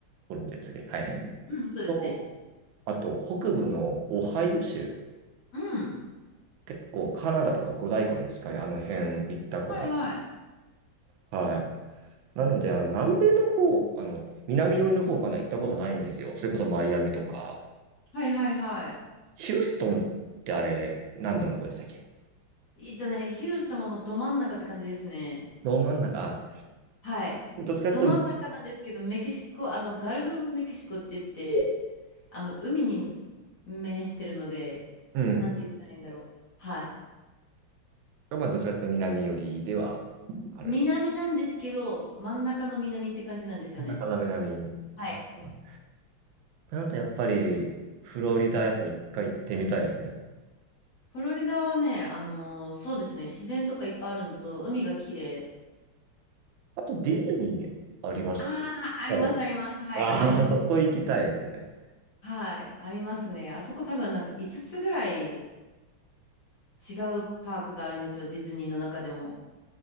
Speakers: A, on the right; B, on the left.
A: コロンビアでしたっけはい。
B: うん、そうですね。
A: とあと、北部のオハイオ州、
B: うん。
A: 結構カナダとか五大湖に近いあの辺行ったことある。
B: はいはい。
A: はい。なので、あの、南米の方、あの、南寄りの方まだ行ったことないんですよ。それこそマイアミとか。
B: はいはいはい。
A: ヒューストンってあれ、南部の方でしたっけ
B: えっとね、ヒューストンはもうど真ん中って感じですね。
A: ど真ん中、あ
B: はい。
A: どっちかというと
B: ど真ん中なんですけど、メキシコ、あの、ガルフ・メキシコって言って、あの、海に面してるので、
A: うん。
B: なんて言ったらいいんだろう。はい。
A: まあ、どっちかというと南寄りではある。
B: 南なんですけど、真ん中の南って感じなんですよね。
A: なかなか南。
B: はい
A: ああ。んそれあとやっぱり、フロリダやっぱ一回行ってみたいですね。
B: フロリダはね、あのーそうですね、自然とかいっぱいあるのと、海が綺麗
A: あとディズニーありまし
B: で、ああ、あります、
A: たよ
B: あります。はい、
A: ああ、
B: あります。
A: <laughs> そこ行きたいですね。
B: はい、ありますね。あそこ多分なんか5つつぐらい違うパークがあるんですよ、ディズニーの中でも。